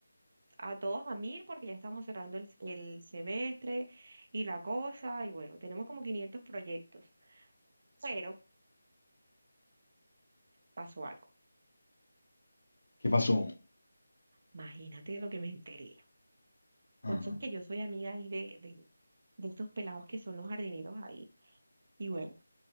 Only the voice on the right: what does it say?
a todos a mil porque ya estamos cerrando el, el semestre y la cosa, y bueno, tenemos como 500 proyectos. Pero pasó algo.
Imagínate lo que me enteré.
Bueno, sabes que yo soy amiga ahí de, de, de estos pelados que son los jardineros ahí. Y bueno.